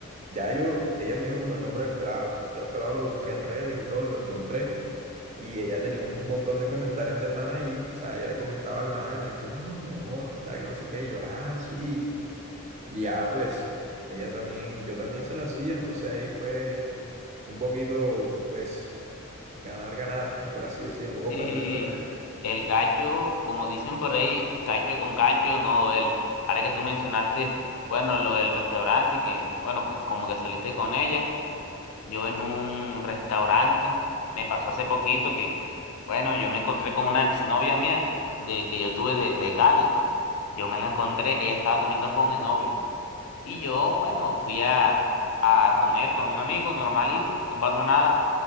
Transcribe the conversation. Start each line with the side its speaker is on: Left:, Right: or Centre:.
Right: Ya yo, ella me dijo como el nombre del pelado. Yo al pelado lo busqué en redes y todo, lo encontré. Y ella tenía un montón de comentarios del man ahí. O sea, ella le comentaba al man, este, no, mi amor, qué tal, que no sé qué. Y yo, ah, sí. Y ya, pues, ella también, yo también se la hacía. Entonces ahí fue un poquito, pues, ganar, ganar, <laughs> por así decirlo,
Left: <laughs>
Right: o
Left: sí
Right: perder, perder.
Left: el cacho, como dicen por ahí, cacho con cacho no duele. Ahora que tú mencionaste, bueno, lo del restaurante y que, bueno, pues, como que saliste con ella. yo en un restaurante. Me pasó hace poquito que, bueno, yo me encontré con una novia mía de que yo tuve de, de Cali. Yo me la encontré, ella estaba comiendo con el novio. Y yo, bueno, fui a, a comer con un amigo normalito, no pasó nada.